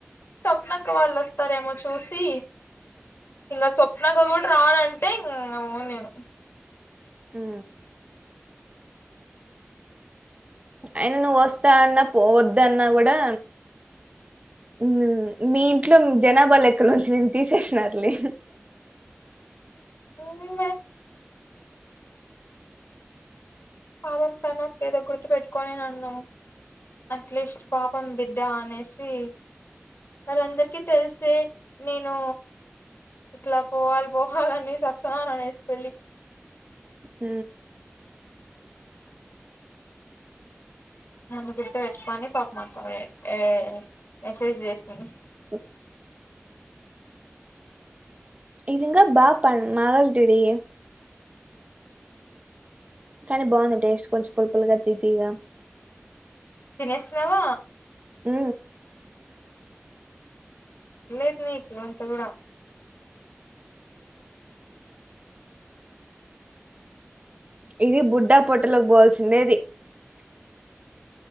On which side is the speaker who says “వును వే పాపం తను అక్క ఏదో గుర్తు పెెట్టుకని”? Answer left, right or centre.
Left